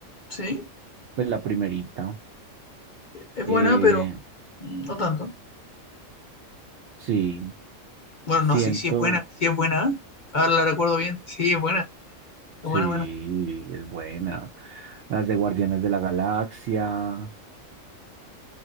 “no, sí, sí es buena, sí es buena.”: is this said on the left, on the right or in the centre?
Left